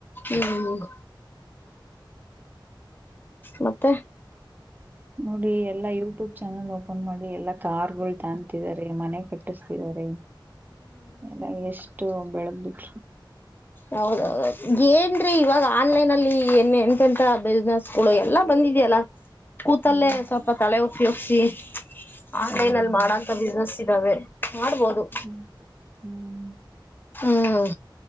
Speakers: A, on the left; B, on the right.
A: ಹ್ಮ್ ಮತ್ತೆ
B: ನೋಡಿ ಎಲ್ಲಾ ಯೂಟ್ಯೂಬ್ ಚಾನಲ್ ಓಪನ್ ಮಾಡಿ ಎಲ್ಲಾ ಕಾರ್ಗಳು ತಾಣತಿದಿದ್ದಾರೆ ಮನೆ ಕಟ್ಟಿಸ್ತಿದ್ದಾರೆ ಎಲ್ಲ ಎಷ್ಟು ಬೆಳದ್ಬಿಟ್ರು
A: ಹೌದೌ ಏನ್ರೀ ಇವಾಗ ಆನ್ಲೈನ್ಲ್ಲಿ ಏನ್ ಎಂತೆಂತ ಬಿಸ್ನೆಸ್ ಗಳು ಎಲ್ಲಾ ಬಂದಿದೆಯಲ್ಲ ಕೂತಲ್ಲೇ
B: ಹ್ಮ್
A: ಸ್ವಲ್ಪ ತಲೆ ಉಪಯೋಗ್ಸಿ ಆನ್ಲೈನ್
B: ಹ್ಮ್
A: ಅಲ್ಲಿ ಮಾಡೋಂತ ಬಿಸ್ನೆಸ್ ಇದ್ದಾವೆ ಮಾಡ್ಬೋದು
B: ಹ್ಮ್ ಹ್ಮ್
A: ಹ್ಮ್